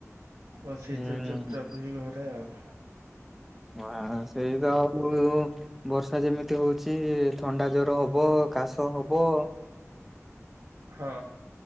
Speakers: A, on the right (about 75°); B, in the centre.
A: ବସିଛୁ
B: ହୁଁ
A: ଚୁପଚାପ ହେଇ ଘରେ ଆଉ।
B: ମୁଁ ହା ସେଇ ତ ଆଉ। ଉ ବର୍ଷା ଯେମିତି ହଉଛି ଥଣ୍ଡା ଜର ହବ କାଶ ହବ।
A: ହଁ।